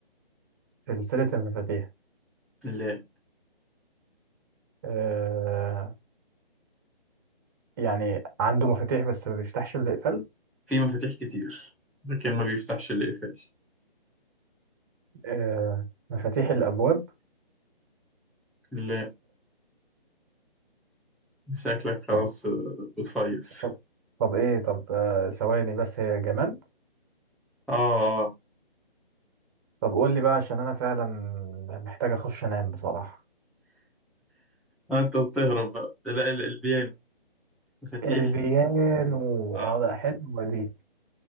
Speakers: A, on the right; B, in the centre.
A: سلسلة المفاتيح
B: لا
A: آه يعني عنده مفاتيح بس ما بيفتحش الا اقفال
B: في مفاتيح كتير لكن ما بيفتحش الأقفال
A: آه مفاتيح الابواب
B: لا شكلك خلاص
A: طب
B: آه، بتفيص
A: طب, طب ايه طب آه ثواني بس هي جماد
B: آه
A: طب قول لي بقى عشان انا فعلا محتاج اخش انام بصراحة
B: آه، أنت بتهرب بقى لا ال- البيانو مفاتيح
A: البيانو
B: آه
A: اه ده حلوة دي